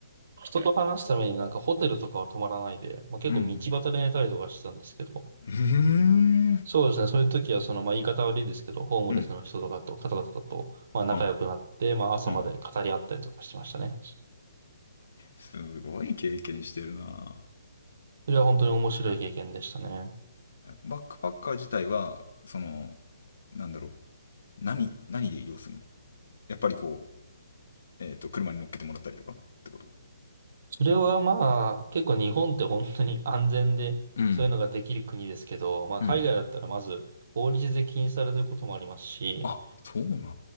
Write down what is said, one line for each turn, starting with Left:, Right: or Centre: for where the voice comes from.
Right: 人と話すためになんかホテルとかは泊まらないで、まあ結構道端で寝たりとかしてたんですけど、
Left: うんうんうーん。
Right: そうですね。そういう時はその、まあ言い方悪いですけど、ホームレスの人とかと、
Left: うん。
Right: 方々と、まあ仲良くなって、
Left: は
Right: まあ朝まで語り合ったりとかしてましたね。
Left: あ、はあ。すごい経験してるな
Right: それは本当に面白い経験でしたね。
Left: バックパッカー自体は、その、なんだろう。何、何で移動するのやっぱりこう、えっ、と、車に乗っけてもらったりとかってこと
Right: それはまあ、結構日本って本当に安全で、
Left: うん
Right: そういうのができる国ですけど、まあ海外だったらまず法律で禁止されてることもありますし、
Left: うんあ、そうなんだ。